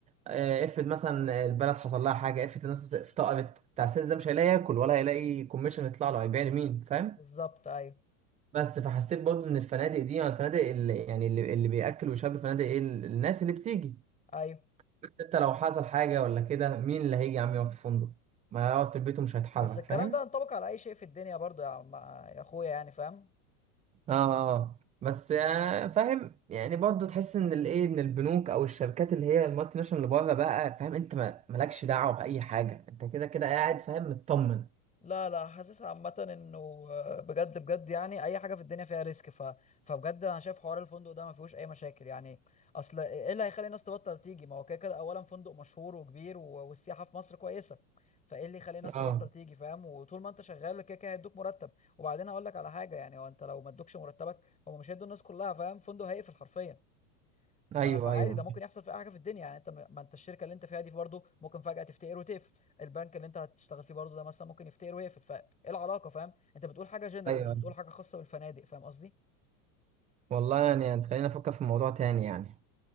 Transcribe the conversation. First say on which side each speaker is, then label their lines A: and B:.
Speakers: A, on the right; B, on the left.
A: اه، افرض مثلا البلد حصل لها حاجه افرض الناس افتقرت بتاع السيلز ده مش هيلاقي ياكل ولا هيلاقي كوميشن يطلع له هيبيع لمين فاهم
B: بالظبط ايوه
A: بس فحسيت برضو ان الفنادق دي يعني الفنادق اللي يعني اللي, اللي بياكل ويشرب الفنادق ايه الناس اللي بتيجي
B: ايوه
A: بس انت لو حصل حاجه ولا كده مين اللي هيجي يا عم يقعد في فندق ما هيقعد في البيت ومش هيتحرك
B: بس الكلام
A: فاهم
B: ده ينطبق على اي شيء في الدنيا برضو يا عم يا اخويا يعني فاهم
A: اه آه. بس آه، فاهم يعني برضه تحس ان الايه ان البنوك او الشركات اللي هي المالتي ناشونال اللي بره بقى فاهم انت ما- مالكش دعوه باي حاجه انت كده كده قاعد فاهم مطمن
B: لا لا حاسس عامة انه آه، بجد بجد يعني اي حاجة في الدنيا فيها ريسك ف... فبجد انا شايف حوار الفندق ده ما فيهوش اي مشاكل يعني اصل ايه إيه اللي هيخلي الناس تبطل تيجي ما هو كده كده اولا فندق مشهور وكبير و... والسياحة في مصر كويسة فايه اللي يخلي الناس تبطل
A: اه
B: تيجي فاهم وطول ما انت شغال كده كده هيدوك مرتب وبعدين اقول لك على حاجة يعني هو انت لو ما ادوكش مرتبك هم مش هيدوا الناس كلها فاهم فندق هيقفل حرفيا ف-
A: ايوه
B: فعادي
A: ايوه
B: ده ممكن يحصل في اي حاجه في الدنيا يعني انت م- ما انت الشركه اللي انت فيها دي برضه ممكن فجاه تفتقر وتقفل البنك اللي انت هتشتغل فيه برضه ده مثلا ممكن يفتقر ويقفل فايه العلاقه فاهم انت بتقول حاجه جنرال
A: ايوه
B: مش بتقول
A: ايوه.
B: حاجه خاصه بالفنادق فاهم قصدي
A: والله يعني خلينا نفكر في الموضوع تاني يعني